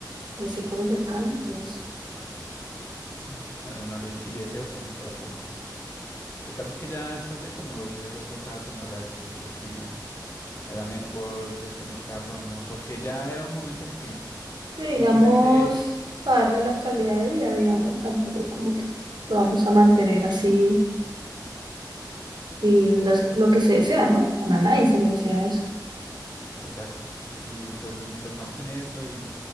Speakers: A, on the right (about 70°); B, on the left (about 40°).
A: mi círculo cercano, entonces,
B: mm, Menos mal, y, y deseo que nunca lo tenga. El caso es que ya después de como dos días ya tocaba tomar la decisión de que era mejor desconectarlo, ¿no? Porque ya era un momento en el que...
A: sí, digamos,
B: Simplemente
A: para darle la calidad de vida, digamos, tampoco es como que lo vamos a mantener así y no es lo que se desea, ¿no? Para nadie se le desea eso.
B: Exacto. Y pues em, pensamos en eso y,